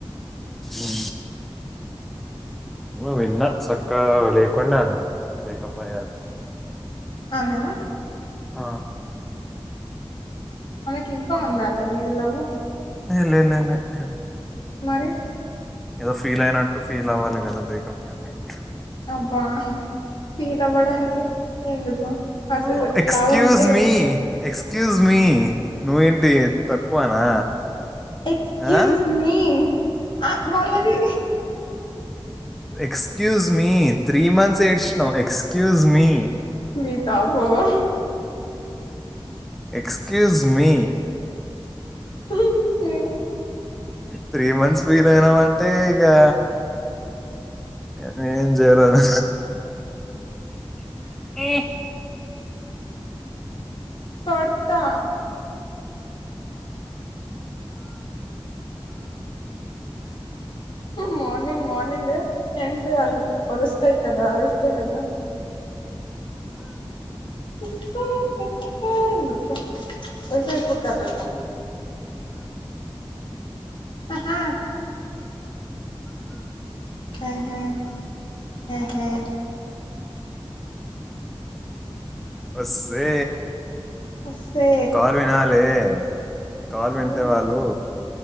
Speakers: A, in the centre; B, on the left.
A: అవు నువు విన్నా సక్కా లేకుండే అంటా బ్రేకప్ ఆయ్యాక
B: ఆమేనా
A: ఆ
B: ఆమెకి ఇంకా ఉందా అతని మీద లవ్వు
A: లేలే అమ <unintelligible>
B: మరి
A: ఏదో ఫీల్ అయినట్టు ఫీల్ అవ్వాలి కదా బ్రేకప్ అయినట్టు
B: అబ్బ పీలవ్వడానికి ఎందు అసలు
A: ఓ ఎక్స్క్యూజ్
B: లవ్వు ఉంటే
A: మీ ఎక్స్క్యూజ్ మీ నువ్వేంటి తక్కువనా
B: ఎక్స్క్యూస్
A: ఆ
B: మీ ఆ వాళ్ళది
A: ఎక్స్క్యూస్ మీ త్రీ మంత్స్ ఏడ్చినం ఎక్స్క్యూస్ మీ
B: మీత పోవా
A: ఎక్స్క్యూస్ మీ
B: ంచ <unintelligible>
A: త్రీ మంత్స్ వీల్ అయినామ అంటే ఇగా నేను ఎం చేయలేదు ఏ
B: కొడతా మార్నింగ్ మార్నింగ్ ఏ ఎన్ సే వాళ్ళు అ ఒరుస్తాయి కదా అరుస్తాయి కదా <unintelligible> ఆహా ఆహా అహ ఉహు
A: నమస్తే
B: వస్తే
A: ఈ కాల్ వినాలే ఈ కాల్ వింటే
B: విన్
A: వాళ్ళు